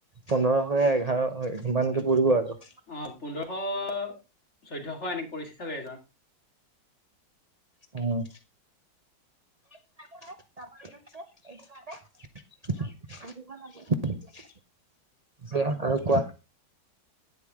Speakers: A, on the right; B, on the left.
A: পোন্ধৰশয় এঘাৰ সিমানকে পৰিব আৰু।
B: অঁ পোন্ধৰশ- চৈধ্যশ এনেকে পৰিছে চাগে এজনত।
A: অঁ' <unintelligible> যে আৰু কোৱা।